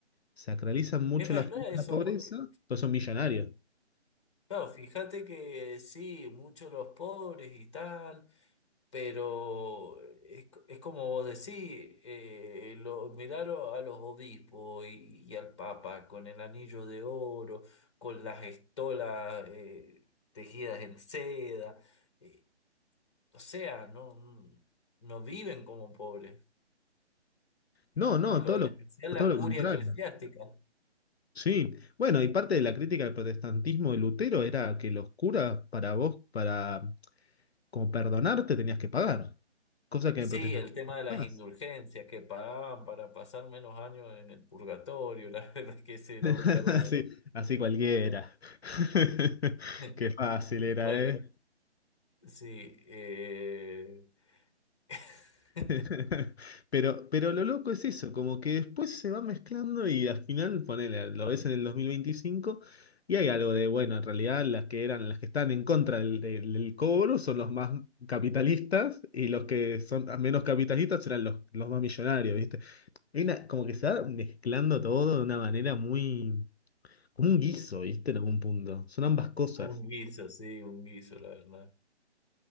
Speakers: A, on the left; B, on the left.
A: sacralizan mucho
B: Es verdad
A: la, la
B: eso,
A: pobreza,
B: porque,
A: todos son millonarios.
B: claro, fíjate que sí, muchos los pobres y tal. Pero es, es como vos decís, eh, lo, mirar a los obispos y, y al Papa con el anillo de oro, con las estolas eh, tejidas en seda, eh, o sea, no, no viven como pobres,
A: No, no,
B: y lo,
A: todo
B: en
A: lo,
B: especial
A: todo
B: la
A: lo
B: curia
A: contrario.
B: eclesiástica.
A: Sí, bueno, y parte de la crítica del protestantismo de Lutero era que los curas, para vos, para como perdonarte, tenías que pagar, cosa que
B: Sí,
A: en el protestantismo
B: el tema de las
A: no estás.
B: indulgencias que pagaban para pasar menos años en el purgatorio, <laughs> la verdad es que ese era
A: <laughs>
B: un negocio.
A: Así, así cualquiera. <laughs>
B: <laughs>
A: Qué fácil era,
B: Bueno,
A: ¿eh?
B: Sí, eh, <laughs>
A: <laughs> Pero, pero lo loco es eso, como que después se va mezclando y al final, ponele, lo ves en el 2025 y hay algo de, bueno, en realidad las que eran, las que están en contra del, del- del cobro son los más capitalistas y los que son menos capitalistas serán los, los más millonarios, ¿viste? Hay una- como que se va mezclando todo de una manera muy, como un guiso, ¿viste? En algún punto. Son ambas cosas.
B: un guiso, sí, un guiso, la verdad.